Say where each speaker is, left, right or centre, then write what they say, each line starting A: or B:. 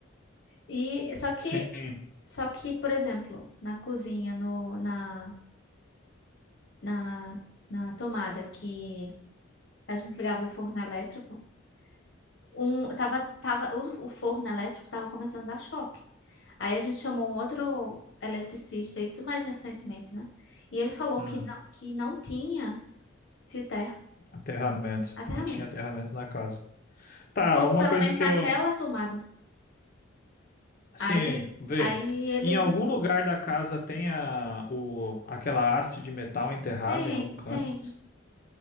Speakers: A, on the left; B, on the left.
A: E só que
B: Sim.
A: só que, por exemplo, na cozinha, no, na na, na tomada que a gente ligava o forno elétrico, um, tava, tava, o, o forno elétrico estava começando a dar choque. Aí a gente chamou um outro eletricista, isso mais recentemente, né? E ele falou
B: Hum.
A: que não, que não tinha fio terra,
B: Aterramento.
A: até
B: Não
A: realmente.
B: tinha aterramento na casa. Tá,
A: Ou
B: uma
A: pelo
B: coisa
A: menos
B: que
A: naquela
B: eu.
A: tomada.
B: Assim,
A: Aí,
B: vê.
A: aí ele
B: Em algum
A: disse,
B: lugar da casa tem a, o, aquela haste de metal enterrada
A: tem,
B: em algum canto?
A: tem,